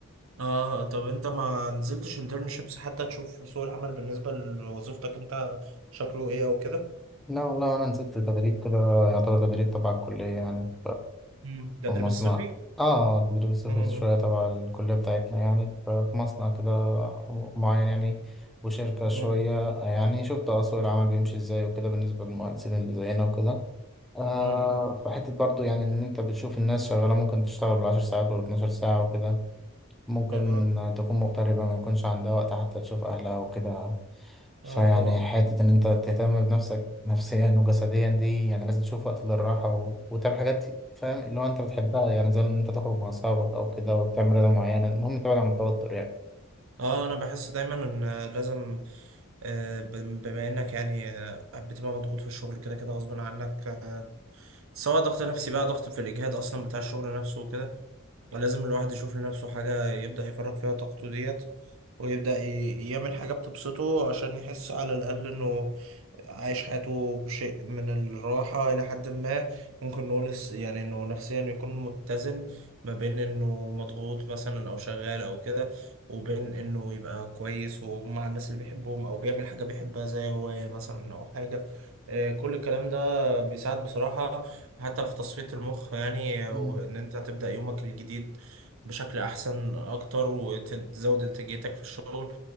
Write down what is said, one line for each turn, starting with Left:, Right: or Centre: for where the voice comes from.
Right: اه طب انت ما نزلتش انترنشيبس حتى تشوف سوق العمل بالنسبه لوظيفتك انت شكله ايه او كده
Centre: لا والله أنا نزلت تدريب كده يعتبر تدريب تبع الكلية يعني
Right: مم. التدريب
Centre: في مصنع
Right: الصيفي
Centre: اه تدريس رخيص
Right: مم.
Centre: شوية تبع الكلية بتاعتنا يعني ففي مصنع كده معين يعني وشركة شوية
Right: مم.
Centre: يعني شفت آه سوق العمل بيمشي ازاي وكده بالنسبة للمهندسين اللي زينا وكده آه
Right: مم.
Centre: فحتة برضو يعني إن أنت بتشوف الناس شغالة ممكن تشتغل بالعشر ساعات ولا 12 ساعة وكده ممكن
Right: اه
Centre: تكون مغتربة ما يكونش عندها وقت حتى تشوف أهلها وكده فيعني
Right: اه طبعا
Centre: حتة إن أنت تهتم بنفسك نفسيا وجسديا دي يعني لازم تشوف وقت للراحة و... وتعمل حاجات فاهم اللي هو أنت بتحبها يعني زي إن أنت تخرج مع أصحابك أو كده وتعمل رياضة معينة المهم تبعد عن التوتر يعني
Right: اه انا بحس دايما ان آه، لازم آه، ب- بما انك يعني آه، بتبقى مضغوط في الشغل كده كده غصب عنك آه، سواء ضغط نفسي بقى ضغط في الاجهاد اصلا بتاع الشغل نفسه وكده لازم الواحد يشوف لنفسه حاجه يبدا يفرغ فيها طاقته ديت ويبدا ي- يعمل حاجه بتبسطه عشان يحس على الاقل انه عايش حياته بشيء من الراحة إلى حد ما ممكن نقول الس- يعني إنه نفسيا يكون متزن ما بين إنه مضغوط مثلا أو شغال أو كده وبين إنه يبقى كويس ومع الناس اللي بيحبهم أو بيعمل حاجة بيحبها زي هواية مثلا أو حاجة آه، كل الكلام ده بيساعد بصراحة حتى في تصفية المخ يعني وإن
Centre: مم.
Right: أنت هتبدأ يومك الجديد بشكل أحسن أكتر وتزود إنتاجيتك في الشغل